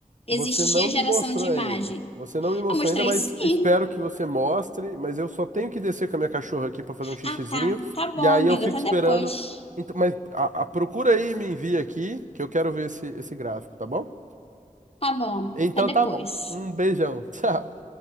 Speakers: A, on the left (about 45°); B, on the right (about 60°).
A: existia
B: você não me
A: geração
B: mostrou
A: de imagem.
B: ainda. Você não me mostrou
A: Eu mostrei
B: ainda, mas
A: sim.
B: espero que você mostre. Mas eu só tenho que descer com a minha cachorra aqui para fazer um xixizinho.
A: Ah, tá. Tá bom,
B: E aí
A: amiga,
B: eu fico
A: tá
B: esperando.
A: depois.
B: Então, mas a, a- procura aí e me envia aqui, que eu quero ver esse, esse gráfico, tá bom?
A: Tá bom,
B: Então
A: tá depois.
B: tá bom. Um beijão. <laughs> Tchau.